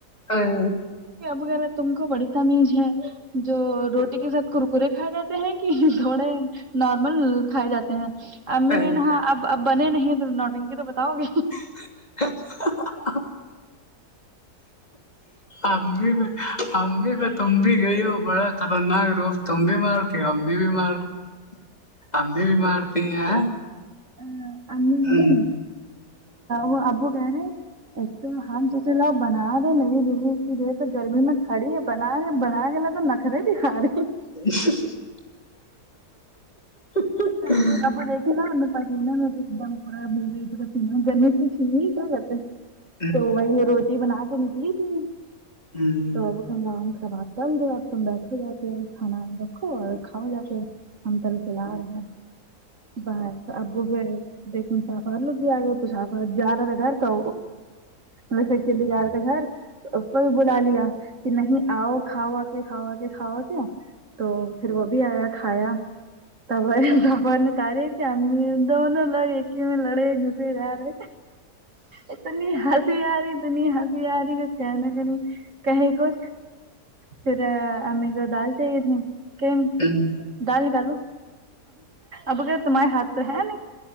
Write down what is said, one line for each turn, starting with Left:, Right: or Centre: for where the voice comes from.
Left: ہاں
Right: بغیرہ تم کو بڑی تمیز ہے جو روٹی کے ساتھ کو ر پورے کھائے جاتے ہیں کہ تھوڑے نارمل کھائے جاتے ہیں امی
Left: آتے
Right: کہ ن اب اب بنے نہیں تو نوٹنگی تو بتاؤ گے
Left: <unintelligible> امی پ امی پ <unintelligible> تم بھی گئی ہو بڑا خطرناک روف تم بھی مارتی ہو ہم بھی بھی مارتے امی بھی مارتی ہیں
Right: ہ امی نہیں
Left: ہاں
Right: وہ ابو گئےنے ایک دم ہم تلاو بنا رہے نوی دوی اتنی دیر سے گرمی میں کھڑی ہے بنا رہے بنا کےے تو ن خرا دھا رہی ہو
Left: <unintelligible> اکا <unintelligible>
Right: پ آپ دیکھے نا میں پینا میں ایک دم پورا بھیو پینا گرمی تو ٹھیک ہے ہی کیا کرتے ہیں
Left: <unintelligible>
Right: تو وہی روٹی بنا کے نکلی تھی
Left: ھمم
Right: تو وہ کہام کبات چل د اب تم بیٹھ ہو جاتے ہیں کھاناا رکھو اور کھاؤ جا کے ہم تل پلا رہے بائے ابو پھر دیکن شافات لوگ بھی آ گئے تو شافات جا رہا تھا گھر تو وسے چلی گا رہ تھا گھر ا کو بھی بلا لیا کہ نہیں آؤ کھاوا کے کھاوا کے کھاوا کے تو پھر وہ بھی آیا کھایا بپا نے تاریخ کہ ہم دونوں لوگ ایک ہی میں لڑے گھسے جا رہے اتنی ہنسی آ رہی اتنی ہنسی آ رہی ک کہنا کری کہیں کو پھر ہمیں کو دال چاہیے تھی کہ
Left: ہوں
Right: ڈال نکالو اب تمارے ہاتھ تو ہے نہیں